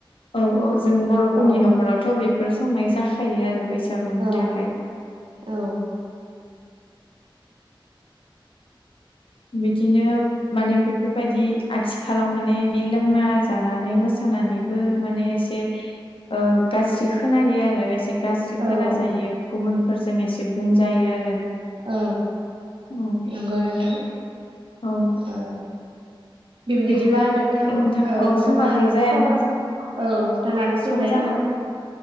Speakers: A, on the left (about 80°); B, on the right (about 70°).
A: औ औ जों बर'फोरनि
B: औ
A: नखरावथ बेफोर संनाय जाखायो आरो बैसागुनि
B: औ
A: थाखाय
B: औ
A: बिदिनो माने बे फोरबायदि आथिखालाव माने इदि लोंना जानानै मोसानानैबो माने एसे ओ गाज्रि खोनायो आरो एसे गाज्रि
B: औ
A: खोनाजायो गुबुनफोरजों एसे बुंजायो आरो
B: औ
A: औ
B: नंगौ नोंथां
A: औ
B: ओ बिबदिब्ला
A: बिदिबा
B: नोंथां ओ
A: औ
B: जोंहा
A: समाबो जायाना
B: समा औ जानानै
A: सम
B: फैबाय
A: जाना फैबाय